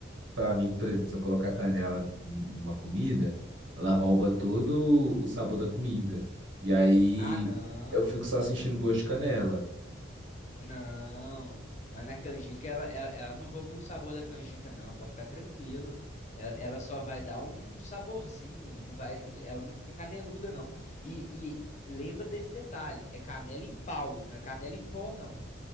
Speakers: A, on the right; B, on the left.
A: pra mim, por exemplo, se eu colocar canela n- numa comida, ela rouba todo o sabor da comida. E aí
B: Ah, não.
A: eu fico só sentindo gosto de canela.
B: Não, mas na canjica ela, ela, ela não rouba o sabor da canjica, não, pode ficar tranquilo. Ela, ela só vai dar um saborzinho, não vai, ela não fica caneluda, não. E, e lembra desse detalhe: é canela em pau, não é canela em pó, não.